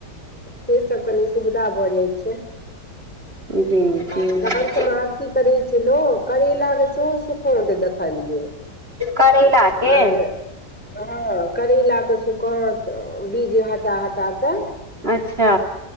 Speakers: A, in the centre; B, on the right.
A: से सभ कनि सुविधा भऽ जाइत छै
B: जी
A: आ
B: जी
A: गाम सभमे आब की करै छै लोक करैला के सेहो सुखोते देखलियै
B: करैलाके
A: हँ करैलाक के सुखत बीज हटा हटा कऽ
B: अच्छा